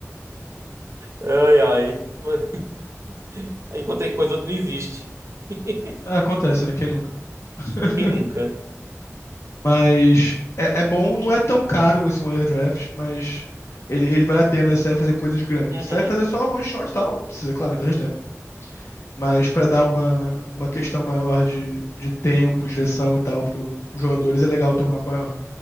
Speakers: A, on the right; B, on the left.
A: Ai, ai. <laughs> Aí encontrei coisa onde não existe. <laughs>
B: Ah, acontece, né? Quem nunca? <laughs>
A: Quem nunca?
B: Mas é, é bom, não é tão caro esse Wonder Draft, mas ele, ele vale a pena se você vai fazer coisas grandes.
A: Uhum,
B: Se você vai fazer só one shot e tal, não precisa, claro, é perda de tempo. Mas pra dar uma, uma questão maior de, de tempo, direção e tal pro, pros jogadores, é legal ter um mapa maior.